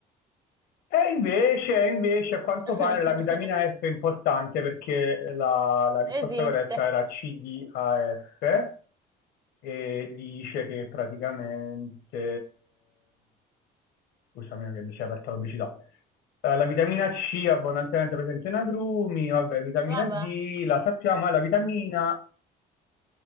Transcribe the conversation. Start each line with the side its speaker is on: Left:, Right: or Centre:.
Left: E invece, invece, a quanto
Right: <laughs>
Left: pare la vitamina F è importante perché la, la risposta
Right: Esiste.
Left: corretta era CDAF e dice che praticamente, scusami che mi si è aperta la pubblicità, Eh, la vitamina C è abbondantemente presente in agrumi, vabbè, vitamina
Right: Vabbè.
Left: D, la sappiamo, e la vitamina